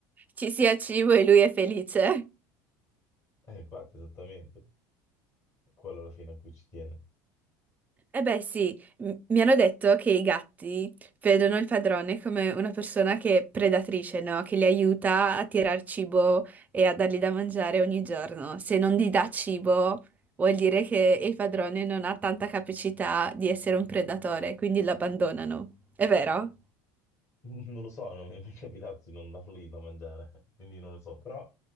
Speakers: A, on the right; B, on the left.
A: ci sia cibo e lui è felice.
B: eh, infatti esattamente, è quello alla fine a cui ci tiene.
A: Eh beh, sì, m- mi hanno detto che i gatti vedono il padrone come una persona che è predatrice, no? Che li aiuta a tirar cibo e a dargli da mangiare ogni giorno. Se non gli dà cibo, vuol dire che il padrone non ha tanta capacità di essere un predatore, quindi lo abbandonano. È vero?
B: <laughs> Non lo so, non mi è mai capitato di non darlo lì da mangiare, <laughs> quindi non lo so, però